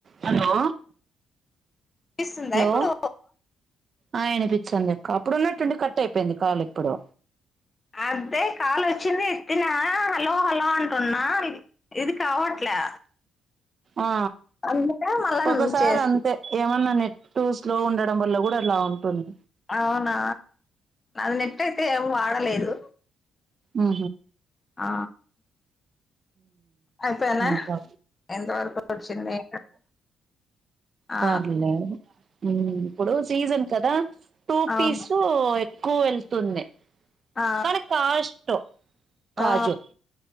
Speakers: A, on the right; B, on the left.
A: Hello
B: పిస్తుందా
A: hello
B: ఇప్పుడు
A: ఆ వినిపిత్తుంది అప్పుడున్నట్టుండి కట్ అయిపోయింది కాల్ ఇప్పుడు
B: అదే కాల్ వచ్చింది ఎత్తినా హలో హలో అంటున్నా ఇది కావట్లే
A: ఆ
B: అందుకే మళ్ళా
A: ఒకసారి
B: నువ్వు చేస్తి
A: అంతే ఏమన్నా నే టూస్లో ఉండడం వల్ల కూడా అలా అవుతుంది
B: అవునా అది నెట్ అయితే ఏమ్ వాడలేదు దు
A: ఆ
B: ఆ అయిపోయినా
A: ఇంకా
B: ఎంతవరకు వచ్చింది. ఆ
A: పర్లే ఊ ఇప్పుడు సీజన్ కదా టూ
B: అవును
A: పిస్ఊ ఎక్కువ వెళ్తుంది
B: ఆ
A: కానీ కాస్ట్ కాజు
B: ఆ అదే ఆ